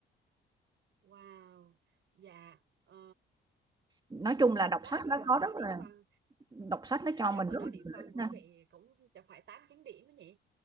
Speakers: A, on the right; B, on the right.
A: wow dạ ờ,
B: nói
A: ừm,
B: chung là đọc
A: chắc
B: sách
A: là
B: nó
A: hồi
B: có
A: đó
B: rất
A: điểm
B: là
A: văn
B: đọc sách nó cho
A: chắc
B: mình
A: hồi
B: rất
A: đó
B: là
A: điểm
B: nhiều
A: văn
B: lợi ích
A: của
B: ha.
A: chị cũng chẳng phải tám chín điểm đó nhỉ